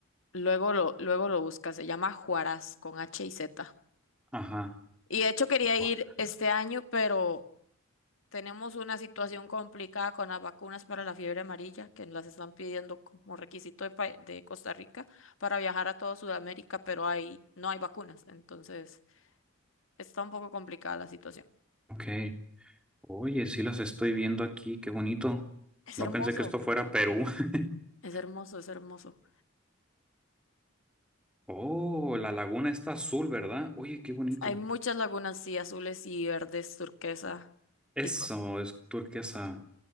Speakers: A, on the left (about 80°); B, in the centre.
A: luego lo, luego lo buscas. Se llama Juaraz con H y Z.
B: Ajá.
A: Y de hecho quería
B: Guara.
A: ir este año, pero Tenemos una situación complicada con las vacunas para la fiebre amarilla, que las están pidiendo como requisito de, pa- de Costa Rica para viajar a toda Sudamérica, pero hay, no hay vacunas. Entonces, está un poco complicada la situación.
B: Ok. Oye, sí las estoy viendo aquí, qué bonito.
A: Es
B: No
A: hermoso,
B: pensé que esto fuera Perú. <laughs>
A: es hermoso, es hermoso.
B: Oh, la laguna está azul, ¿verdad? Oye, qué bonito.
A: Hay muchas lagunas, sí, azules y verdes, turquesa,
B: Eso
A: y con,
B: es turquesa.